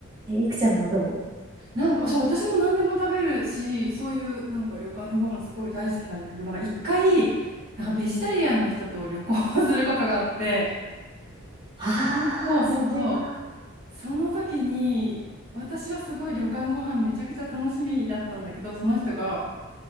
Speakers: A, on the right; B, on the right.
A: えいくちゃんはどう
B: なんか、そう、私も何でも食べるし、そういうなんか旅館のご飯すごい大好きなんだけど、なんか一回、なんかベジタリアンの人と旅行をすることがあって、
A: ああ、
B: その、そうそうそう、
A: それは、
B: その時に、私はすごい旅館ご飯めちゃくちゃ楽しみだったんだけど、その人が、